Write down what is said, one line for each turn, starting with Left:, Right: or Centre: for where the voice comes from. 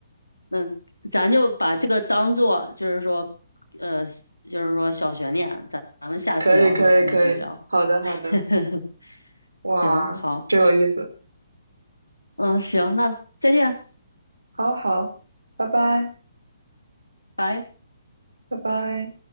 Left: 嗯，咱就把这个当做就是说，呃，就是说小悬念，咱咱们下次聊的时候咱再继续聊。
Right: 可以，可以，可以。好的，好的。
Left: <laughs>
Right: 哇，
Left: 行，好，
Right: 真有意思。
Left: 嗯，行，那再见，
Right: 好好，拜拜。”
Left: 拜。
Right: 拜拜。